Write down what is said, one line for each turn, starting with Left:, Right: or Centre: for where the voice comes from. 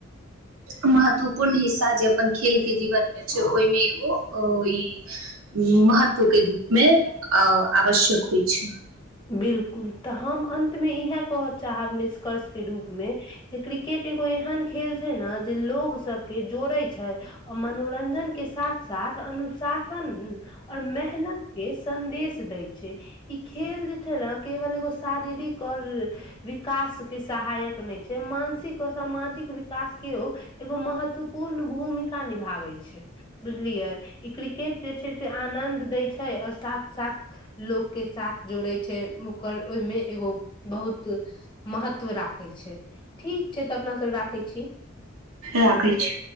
Right: महत्वपूर्ण हिस्सा जे अपन खेलके जीवनमे छै ओहिमे एगो ई महत्वके रूपमे आ आवश्यक होइ छै
Left: बिलकुल तऽ हम अन्तमे इएह कह चाहब निष्कर्ष के रूप मे जे क्रिकेट एगो एहन खेल छै ने जे लोग सब के जोड़े छै आ मनोरंजन के साथ साथ अनुशासन आओर मेहनत के संदेश दै छै ई खेल जे केबल एगो शारीरिक आओर विकास के सहायक नहि छै मानसिक आ सामाजिक विकास केओ एगो महत्वपूर्ण भूमिका निभाबै छै बुझलियै ई क्रिकेट जे छै से आनन्द दै छै आओर साथ साथ लोक के साथ जोड़े छै छै ओकर ओहिमे एगो बहुत महत्व राखै छै ठीक छै तऽ अपना सब राखै छी
Right: राखै छी